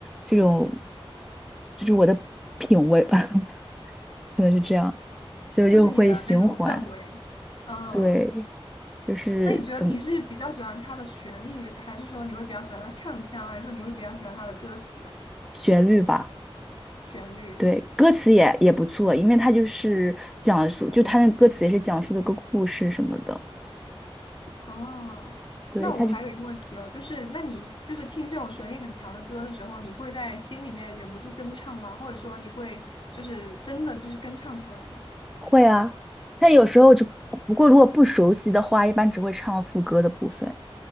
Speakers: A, in the centre; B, on the left (about 55°).
A: 这种就是我的品味吧，<laughs> 可能是这样，所以我就会循环，
B: 就是你的那种氛围。嗯，
A: 对，就是怎么
B: 那你觉得你是比较喜欢它的旋律，还是说你会比较喜欢它唱腔，还是说你会比较喜欢它的歌词啊
A: 旋律吧。
B: 旋律？
A: 对，歌词也也不错，因为它就是讲述，就它那歌词也是讲述的个故事什么的。
B: 哦，
A: 对，
B: 那我还有一个问题哦，
A: 他就
B: 就是那你就是听这种旋律很强的歌的时候，你会在心里面忍不住跟唱吗？或者说你会就是真的就是跟唱出来吗？
A: 会啊，但有时候就不过如果不熟悉的话，一般只会唱副歌的部分。